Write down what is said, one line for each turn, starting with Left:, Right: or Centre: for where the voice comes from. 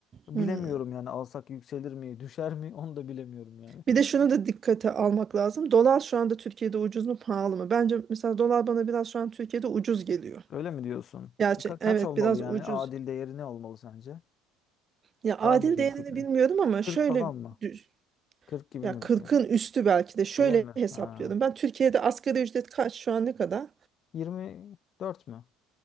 Left: bilemiyorum
Right: Hmm.
Left: yani alsak yükselir mi, <laughs> düşer mi onu da bilemiyorum yani.
Right: Bir de şunu da dikkate almak lazım. Dolar şu anda Türkiye'de ucuz mu pahalı mı? Bence mesela dolar bana biraz şu an Türkiye'de ucuz geliyor.
Left: Öyle mi diyorsun?
Right: Gerçi
Left: Ka- kaç
Right: evet
Left: olmalı
Right: biraz
Left: yani?
Right: ucuz
Left: Adil değeri ne olmalı sence?
Right: Ya adil
Left: Var mı öyle
Right: değerini
Left: bir fikrin?
Right: bilmiyorum ama
Left: 40
Right: şöyle
Left: falan mı?
Right: dü-
Left: 40 gibi
Right: ya
Left: mi
Right: 40'ın
Left: düşünüyorsun?
Right: üstü belki de şöyle
Left: Öyle mi?
Right: hesaplıyordum.
Left: Ha.
Right: Ben Türkiye'de asgari ücret kaç şu an ne kadar?
Left: 24 mü?